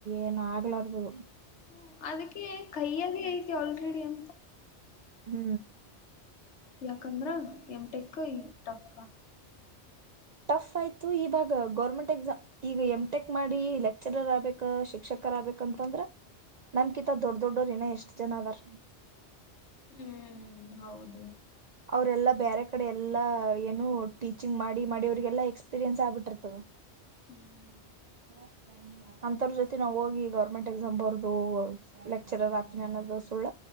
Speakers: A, on the right; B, on the left.
A: ಏನ ಆಗ್ಲಾರ್ದು
B: ಹ್ಮ್ ಅದಕ್ಕೆ ಕೈಯಲ್ಲಿ ಐತಿ ಆಲ್ರೆಡಿ ಅ
A: ಹ್ಮ್
B: ಯಾಕಂದ್ರ ಎಮಟೆಕ್ ಟಫ
A: ಟಫ್ ಆಯ್ತು ಈವಾಗ ಗೌರ್ಮೆಂಟ್ ಎಕ್ಸಾಮ್ ಈಗ ಎಂ ಟೆಕ್ ಮಾಡಿ ಲೆಕ್ಚರರ್ ಆಗ್ಬೇಕ ಶಿಕ್ಷಕ್ ಬೇಕಂತಂದ್ರ ನಮ್ಕಿಿತ ದೊಡ್ಡ ದೊಡ್ಡೋರ ಇನ್ನ ಎಷ್ಟ್ ಜನ ಅದಾರ
B: ಹ್ಮ್ ಹೌದು
A: ಅವರೆೆಲ್ಲಾ ಬೇರೆ ಕಡೆ ಎಲ್ಲಾ ಏನು ಟೀಚಿಂಗ್ ಮಾಡಿ ಮಾಡಿ ಅವ್ರಿಗೆಲ್ಲಾ ಎಕ್ಸ್ಪೀರಿಯೆನ್ಸ್ ಆಗ್ಬಿಟ್ಟಿರ್ತದ
B: ಹ್ಮ್
A: <inaudible> ಅಂತರ್ ಜೊತೆ ನಾವ್ ಹೋಗಿ ಗವರ್ಮೆಂಟ್ ಎಕ್ಸಾಮ್ ಬರದು ಲೆಕ್ಚರರ್ ಆತನಿ ಅನ್ನೋದು ಸುಳ್ಳ